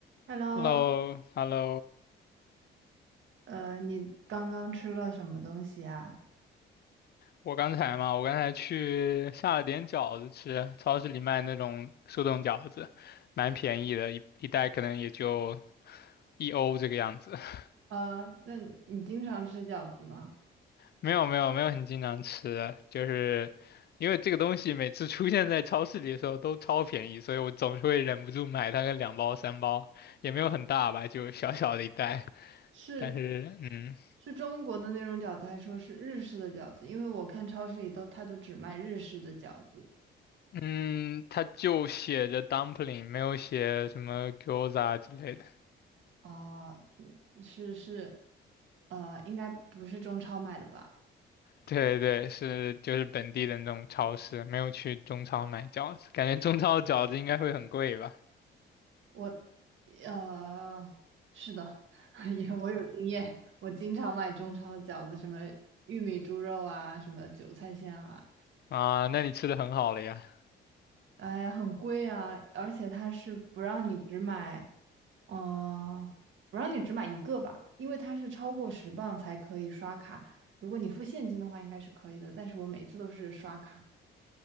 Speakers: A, on the right; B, on the left.
A: Hello，
B: h e l l o h e l l o
A: 呃，你刚刚吃了什么东西啊？
B: 我刚才嘛，我刚才去下了点饺子吃，超市里卖那种速冻饺子，蛮便宜的，一一袋可能也就一欧这个样子。<laughs>
A: 呃，那你经常吃饺子吗？
B: 没有没有没有很经常吃，就是因为这个东西每次出现在超市里的时候都超便宜，所以我总是会忍不住买它个两包三包，也没有很大吧，就小小的一袋，
A: 是
B: 但是嗯。
A: 是中国的那种饺子，还说是日式的饺子？因为我看超市里都，它都只卖日式的饺子
B: 嗯，它就写着 dumpling，没有写什么 gyoza 之类的。
A: 啊，嗯是是，呃，应该不是中超买的吧？
B: 对对，是就是本地的那种超市，没有去中超买饺子，感觉中超的饺子应该会很贵吧？
A: 我，呃，是的，<laughs> 也我有经验，我经常买中超的饺子，什么玉米猪肉啊，什么韭菜馅啊。
B: 啊，那你吃的很好了呀？
A: 哎呀，很贵啊，而且它是不让你只买，嗯、不让你只买一个吧，因为它是超过十磅才可以刷卡。如果你付现金的话，应该是可以的，但是我每次都是刷卡。